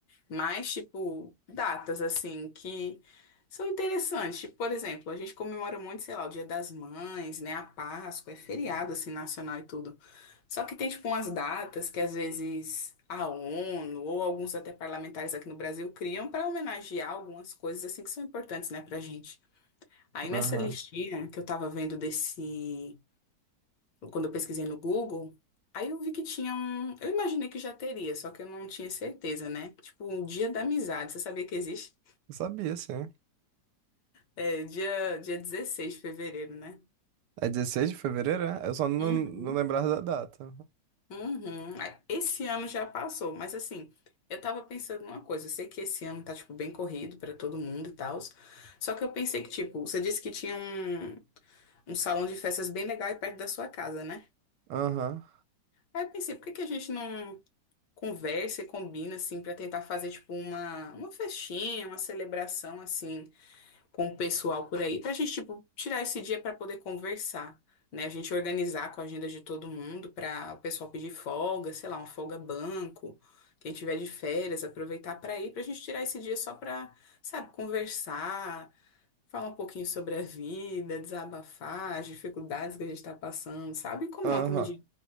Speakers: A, on the left; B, on the right.
A: Mas, tipo, datas assim que são interessantes. Tipo, por exemplo, a gente comemora muito, sei lá, o Dia das Mães, né? A Páscoa, é feriado assim nacional e tudo. Só que tem, tipo, umas datas que às vezes a ONU ou alguns até parlamentares aqui no Brasil criam para homenagear algumas coisas assim que são importantes, né, pra gente. Aí nessa
B: Aham.
A: listinha que eu tava vendo desse quando eu pesquisei no Google, aí eu vi que tinha um. Eu imaginei que já teria, só que eu não tinha certeza, né? Tipo, um Dia da Amizade. Você sabia que existe?
B: Eu sabia, sim.
A: É, dia, dia 16 de fevereiro, né?
B: É 16 de fevereiro, é? Eu só não,
A: Uhum.
B: não lembrava da data.
A: Uhum. Aí, Esse ano já passou, mas assim, eu tava pensando numa coisa. Eu sei que esse ano tá, tipo, bem corrido pra todo mundo e tal. Só que eu pensei que, tipo, você disse que tinha um, um salão de festas bem legal aí perto da sua casa, né?
B: Aham.
A: Aí eu pensei, por que que a gente não conversa e combina, assim, pra tentar fazer, tipo, uma, uma festinha, uma celebração, assim, com o pessoal por aí, pra gente, tipo, tirar esse dia pra poder conversar, né? A gente organizar com a agenda de todo mundo pra o pessoal pedir folga, sei lá, uma folga banco, quem tiver de férias, aproveitar pra ir, pra gente tirar esse dia só pra, sabe, conversar, falar um pouquinho sobre a vida, desabafar, as dificuldades que a gente tá passando, sabe? E comer
B: Aham.
A: uma comidinha.